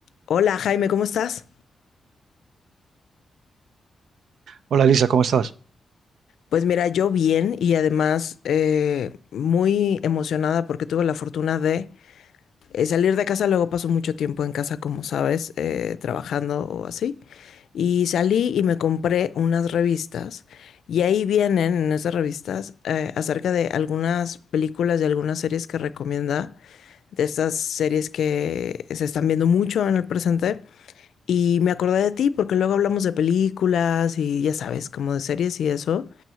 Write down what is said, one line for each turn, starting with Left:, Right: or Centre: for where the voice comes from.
Left: Hola Jaime, ¿cómo estás?
Right: Hola Lisa, ¿cómo estás?
Left: Pues mira, yo bien y además eh, muy emocionada porque tuve la fortuna de eh, salir de casa, luego paso mucho tiempo en casa, como sabes, eh, trabajando o así. Y salí y me compré unas revistas Y ahí vienen en esas revistas eh, acerca de algunas películas y algunas series que recomienda, de estas series que se están viendo mucho en el presente. Y me acordé de ti porque luego hablamos de películas y ya sabes, como de series y eso.